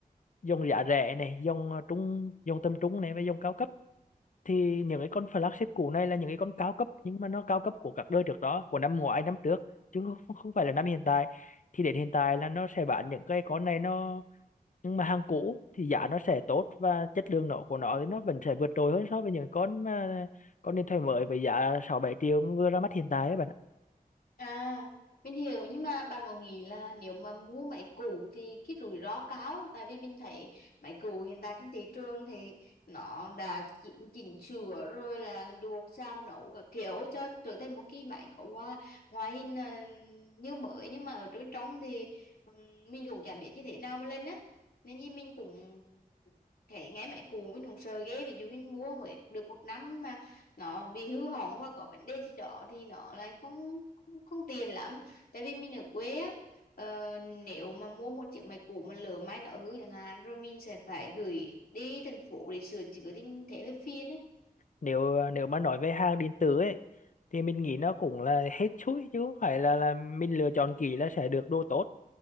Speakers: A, on the left (about 55°); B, on the left (about 75°).
A: dòng giá rẻ này dòng à, trung dòng tầm trung này và dòng cao cấp thì những cái con flagship cũ này là những cái con cao cấp nhưng mà nó cao cấp của các đời trước đó của năm ngoái năm trước chứ không, không phải là năm hiện tại thì đến hiện tại là nó sẽ bán những cái con này nó nhưng mà hàng cũ thì giá nó sẽ tốt và chất lượng nó của nó thì nó vẫn sẽ vượt trội hơn so với những con mà con điện thoại mới với giá sáu bảy triệu vừa ra mắt hiện tại ấy bạn ạ
B: À, mình hiểu nhưng mà bạn có nghĩ là nếu mà mua máy cũ thì cái rủi ro cao tại vì mình thấy máy cũ hiện tại trên thị trường thì nó đã chỉnh, chỉnh sửa rồi là luộc sao nấu các kiểu cho trở thành một cái máy có hoa- ngoại hình là như mới nhưng mà ở bên trong thì ừm, mình cũng chả biết như thế nào mà lên á nên như mình cũng Thế nghe mấy cụ mình cũng sợ ghê ví dụ mình mua mới được một năm mà nó bị hư hỏng hoặc có vấn đề gì đó thì nó lại không không, không tiền lắm tại vì mình ở quê á ờ, nếu mà mua một chiếc máy cũ mà lỡ may nó hư chẳng hạn rồi mình sẽ phải gửi đi thành phố để sửa chữa thì mình thấy hơi phiền ấy
A: nếu nếu mà nói về hàng điện tử ấy thì mình nghĩ nó cũng là hết chuỗi chứ không phải là là mình lựa chọn kỹ là sẽ được đồ tốt